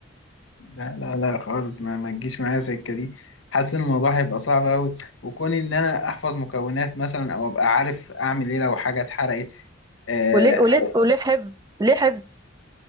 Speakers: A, on the left; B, on the right.
A: لا لا لا خالص ما ما تجيش معايا سكه دي حاسس ان الموضوع هيبقى صعب قوي وكون ان انا احفظ مكونات مثلا او ابقى عارف اعمل ايه لو حاجه اتحرقت آه،
B: وليه وليه
A: او
B: وليه حفظ ليه حفظ